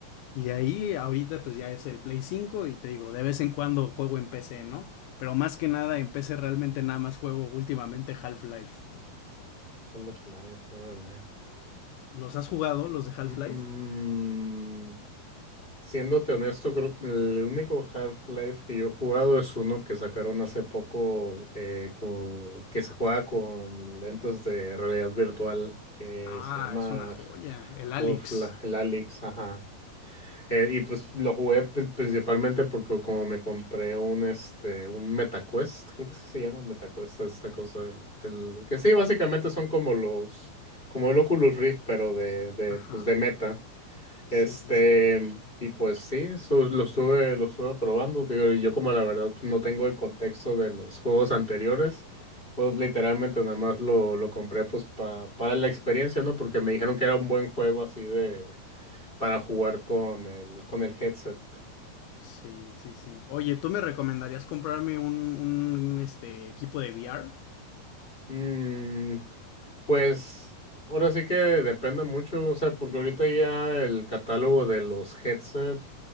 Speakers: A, on the left; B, on the left.
A: Y de ahí ahorita pues ya es el Play cinco Y te digo, de vez en cuando juego en PC, ¿no? Pero más que nada en PC realmente nada más juego últimamente Half-Life.
B: A la playa, órale.
A: ¿Los has jugado, los de Half-Life?
B: Mm, siéndote honesto, creo que el único Half-Life que yo he jugado es uno que sacaron hace poco eh, co- que se juega con lentes de realidad virtual que
A: Ah,
B: se llama
A: es una joya. El Alex.
B: Half-Life, el Alyx, ajá. Eh, y pues lo jugué pri- principalmente porque como me compré un este un MetaQuest, creo que sí se llama MetaQuest esta cosa, el, el- que sí básicamente son como los como el Oculus Rift pero de de
A: Ajá.
B: pues de Meta.
A: Sí,
B: Este
A: sí, sí.
B: y pues sí, eso lo estuve lo estuve probando, digo, y yo como la verdad pues, no tengo el contexto de los juegos anteriores. Pues literalmente nada más lo, lo compré pues pa- para la experiencia, ¿no? Porque me dijeron que era un buen juego así de, para jugar con el, con el headset.
A: Sí, sí, sí. Oye, ¿tú me recomendarías comprarme un, un este, equipo de VR?
B: Mm, pues ahora sí que depende mucho, o sea, porque ahorita ya el catálogo de los headsets